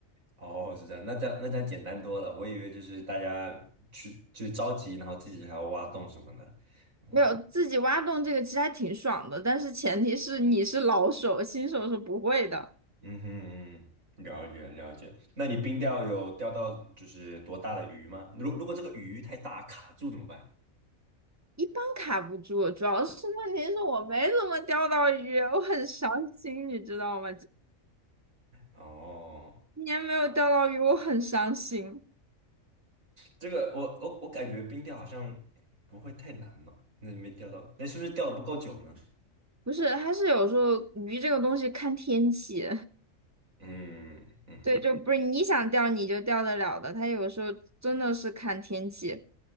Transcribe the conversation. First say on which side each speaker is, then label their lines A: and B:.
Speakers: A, on the right; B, on the right.
A: 哦，是这样，那这样那这样简单多了，我以为就是大家去就着急，然后自己还要挖洞什么的。嗯
B: 没有，自己挖洞这个其实还挺爽的，但是前提是你是老手，新手是不会的。
A: 嗯哼，嗯了解了解。那你冰钓有钓到就是多大的鱼吗？如如果这个鱼太大卡住怎么办？
B: 一般卡不住，主要是问题是我没怎么钓到鱼，我很伤心，你知道吗？
A: 哦，
B: 今年没有钓到鱼，我很伤心。
A: 这个我我我感觉冰钓好像不会太难嘛，那没钓到，那是不是钓的不够久呢？
B: 不是，它是有时候鱼这个东西看天气，
A: 嗯嗯哼
B: <laughs> 对，就不是你想钓你就钓得了的，它有时候真的是看天气。